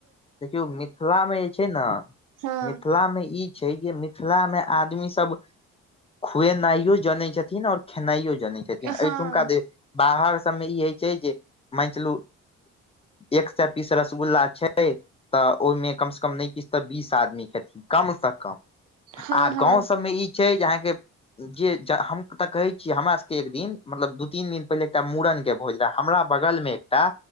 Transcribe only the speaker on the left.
देखियौ मिथिलामे जे छै, ने
मिथिला मे ई। छैहे कि जे मिथिला मे आदमी सब खुएनाइयो जनै छथिन और खेनाइयो जनै छथिन एहिठुमका
दे बाहर सबमें ई होइ छै जे मानि चलु एक सेए पीस रसगुल्ला छै तऽ ओहिमे कमसँ - कम नहि किछ तऽ बीस आदमी खेथिन कमसँ- कम।
आ गाँव
सभमे ई छै जे अहाँके जे ज हम तऽ कहै छी हमरा सबके एक दिन मतलब दू तीन दिन पहिले एकटा मूड़न के भोज हमरा बगल में एकटा